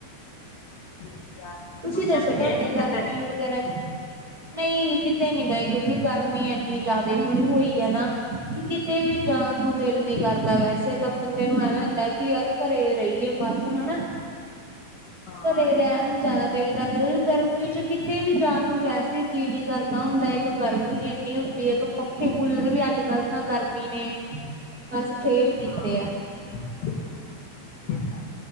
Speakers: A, on the left; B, on the right.
A: ਹਾਂਜੀ ਆ,
B: ਤੁਸੀਂ
A: ਛੁੱਟੀਆਂ
B: ਦੱਸੋ
A: 'ਚ
B: ਤੁਹਾਡੇ
A: ਗਏ ਨਹੀਂ ਕਿੱਧਰ
B: ਗਰਮੀ
A: ਹੀ
B: ਵੀ, ਨਹੀਂ ਕਿਤੇ ਨੀ ਗਏ ਕਿਉਂਕਿ ਗਰਮੀ ਇੰਨੀ ਜ਼ਿਆਦਾ
A: ਅੱਛਾ,
B: ਹੁਣ ਹੋਈ ਹੈ ਨਾ। ਕਿ ਕਿਤੇ ਵੀ ਜਾਣ
A: ਹਾਂਜੀ
B: ਨੂੰ ਦਿਲ ਨੀ ਕਰਦਾ ਵੈਸੇ ਤਾਂ ਬੰਦੇ ਨੂੰ ਐਵੇਂ ਹੁੰਦਾ ਕਿ ਯਾਰ, ਘਰੇ ਰਹੀਏ ਬਸ ਹਨਾ।
A: ਹਾਂ
B: ਘਰੇ
A: ਇਹ
B: ਰਹਿਣ
A: ਤਾਂ ਹੈ
B: ਨੂੰ ਜ਼ਿਆਦਾ ਦਿਲ ਕਰਦਾ ਕਿਉੰਕਿ ਗਰਮੀ ਚ ਕਿਤੇ ਵੀ ਜਾਣ, ਨੂੰ ਵੈਸੇ ਜੀਅ ਨੀ ਕਰਦਾ ਹੁੰਦਾ ਇੱਕ ਗਰਮੀ ਇੰਨੀ ਹੁੰਦੀ ਇੱਕ ਪੱਖੇ, ਕੂਲਰ ਵੀ ਅੱਜ-ਕੱਲ ਤਾਂ ਗਰਮੀ ਨੇ ਬਸ ਫੇਲ ਕੀਤੇ
A: ਹਾਂ
B: ਆ।
A: ਹਾਂਜੀ ਇਹ ਤਾਂ